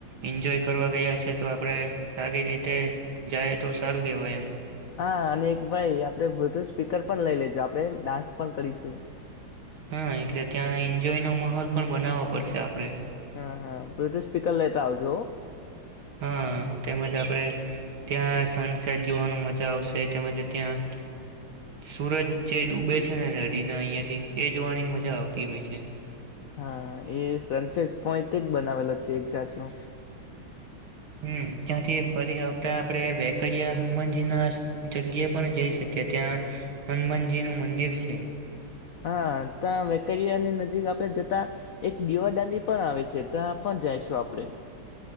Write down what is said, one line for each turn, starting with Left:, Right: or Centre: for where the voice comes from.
Right: એન્જોય કરવા ગયા છે તો આપડે સારી રીતે જાય તો સારું કેવાય એમ.
Left: હા અને ભાઈ આપડે બધું સ્પીકર પણ લઈ લેજો આપણે ડાન્સ પણ કરીશું
Right: હા એટલે ત્યાં એન્જોય નો માહોલ પણ બનાવવા પડશે આપડે.
Left: હમ હા <unintelligible> સ્પીકર લેતા આવજો.
Right: હા તેમજ આપણેે ત્યાં સનસેટ જોવાનું મજા આવશે તેમજ ત્યાં સુરજ જે ડૂબે છે નદીના અહિયાંથી તે જોવાની મજા આવતી હોય છે.
Left: હા એ સનસેટ પોઈન્ટ જ બનાવેલો છે એક જાતનો.
Right: હનમ ત્યાંથી ફરી આવતા આપણે વેકડીિયા હનુમાનજી ના જગ્યા પણ જઈ શકીએ. ત્યાં હનુમાનજી નું મંદિર છે.
Left: હા ત્યા વેકરિયા ની નજીક આપણે જતા. એક દીવાદાડી પણ આવે છે ત્યા પણ જઈશું આપણેે.